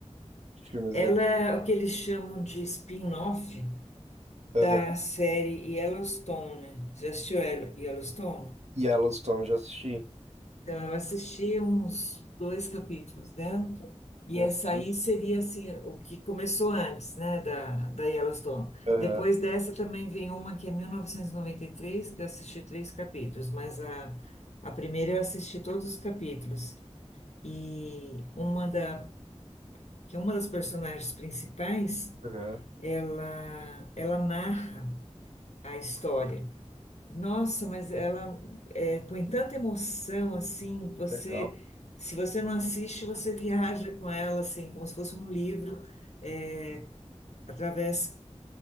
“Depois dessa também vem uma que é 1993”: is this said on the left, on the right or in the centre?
Left